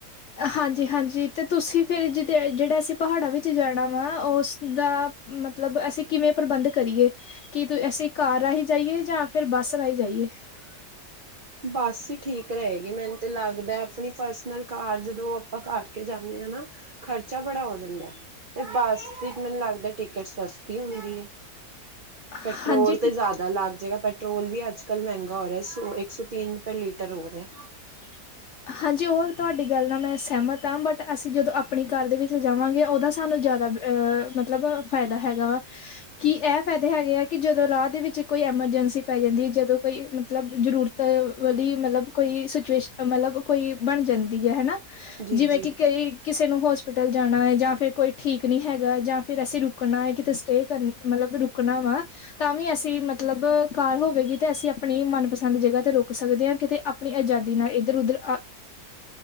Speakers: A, on the left; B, on the right.
A: ਹਾਂਜੀ ਹਾਂਜੀ ਤੇ ਤੁਸੀਂ ਫਿਰ ਜਿ ਜਿਹੜਾ ਅਸੀਂ ਪਹਾੜਾਂ ਵਿੱਚ ਜਾਣਾ ਵਾ ਉਸ ਦਾ ਮਤਲਬ ਅਸੀਂ ਕਿਵੇਂ ਪ੍ਰਬੰਧ ਕਰੀਏ ਕਿ ਅਸੀਂ ਕਾਰ ਰਾਹੀਂ ਜਾਈਏ ਜਾਂ ਫਿਰ ਬੱਸ ਰਹੀਂ ਜਾਈਏ ਕੀਚ
B: ਬਸ ਹੀ ਠੀਕ ਰਹੇਗੀ ਮੈਨੂੰ ਤੇ ਲੱਗਦਾ ਆਪਣੀ ਪਰਸਨਲ ਕਾਰ ਜਦੋਂ ਆਪਾਂ ਕਰਕੇ ਜਾਂਦੇ ਹਾਂ ਨਾ ਖਰਚਾ ਬੜਾ ਹੋ ਜਾਂਦਾ, ਤੇ ਬੱਸ ਦੀ ਮੈਨੂੰ ਲੱਗਦਾ ਟਿਕਟ ਸਸਤੀ ਹੁੰਦੀ ਹੈ।
A: <unintelligible>
B: ਪੈਟਰੋਲ ਤੇ
A: ਟ
B: ਜ਼ਿਆਦਾ ਲੱਗ ਜਾਏਗਾ ਪੈਟਰੋਲ ਵੀ ਅੱਜ-ਕੱਲ ਮਹਿੰਗਾ ਹੋ ਰਿਹਾ। ਇੱਕ ਸੌ ਤਿੰਨ ਰੁਪਏ ਲੀਟਰ ਹੋ ਰਿਹਾ
A: ਜਠਕ ਹਾਂਜੀ ਉਹ ਤੁਹਾਡੀ ਗੱਲ ਨਾਲ ਮੈਂ ਸਹਿਮਤ ਹਾਂ ਬਟ ਅਸੀਂ ਜਦੋਂ ਆਪਣੀ ਕਾਰ ਦੇ ਵਿੱਚ ਜਾਵਾਂਗੇ ਉਹਦਾ ਸਾਨੂੰ ਜ਼ਿਆਦਾ ਅਹ ਮਤਲਬ ਫਾਇਦਾ ਹੈਗਾ ਵਾ ਕਿ ਇਹ ਫਾਇਦੇ ਹੈਗੇ ਆ ਕਿ ਜਦੋਂ ਰਾਹ ਦੇ ਵਿੱਚ ਕੋਈ ਐਮਰਜੈਂਸੀ ਪੈ ਜਾਂਦੀ ਹੈ ਜਦੋਂ ਕੋਈ ਮਤਲਬ ਜਰੂਰਤ ਵਾਲੀ ਮਤਲਬ ਕੋਈ ਸਿਚੁਏਸ਼ਨ ਮਤਲਬ ਕੋਈ ਬਣ ਜਾਂਦੀ ਹੈ ਹੈਾ
B: ਜੀ
A: ਜਿਵੇਂ
B: ਜੀ
A: ਕਿ ਕਈ ਕਿਸੇ ਨੂੰ ਹੋਸਪਿਟਲ ਜਾਣਾ ਹੈ ਜਾਂ ਫਿਰ ਕੋਈ ਠੀਕ ਨਹੀਂ ਹੈਗਾ ਜਾਂ ਫਿਰ ਅਸੀਂ ਰੁਕਣਾ ਹੈ ਕਿਤੇ ਸਟੇ ਕਰਨੀ ਮਤਲਬ ਰੁਕਣਾ ਵਾ ਤਾਂ ਵੀ ਅਸੀਂ ਮਤਲਬ ਕਾਰ ਹੋਵੇਗੀ ਤੇ ਅਸੀਂ ਆਪਣੀ ਮਨਪਸੰਦ ਜਗ੍ਹਾ ਤੇ ਰੁਕ ਸਕਦੇ ਹਾਂ ਕਿਤੇ ਆਪਣੀ ਆਜ਼ਾਦੀ ਨਾਲ ਇੱਧਰ-ਉਧਰ,